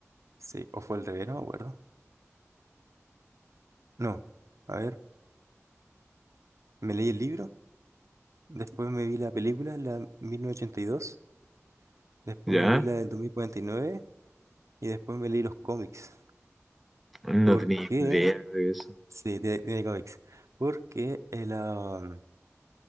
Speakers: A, on the right; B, in the centre.
A: Sí, o fue al revés, no me acuerdo. No, a ver, me leí el libro, después me vi la película, la mil novecientos ochenta y dos, después
B: ya.
A: me vi la del 2049 y después me leí los cómics.
B: No
A: ¿Por
B: tenía
A: qué?
B: idea de eso.
A: Sí, tiene, tiene cómics. Porque el, am,